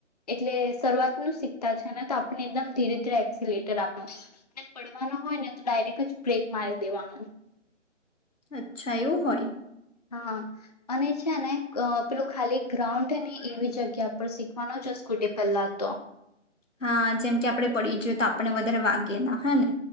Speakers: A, on the left; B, on the left.
A: એટલે શરૂઆત ન સીતા છે, ને તો આપણે એકદમ ધીરે ધીરે એક્સિલેટર આપ પડવાનો હોય ને તો ડાયરેક્ટ જ બ્રેક માર્ક દેવાનો
B: અચ્છા એવું હોય?
A: હા અને છે ને પેલું ખાલી ગ્રાઉન્ડ ની એવી જગ્યા પર શીખવાનો છે, સ્કૂટી પહેલા તો
B: હા જેમ કે આપડે પડી ગયએ તો આપડણે વધારે વાગેએ ના હે ને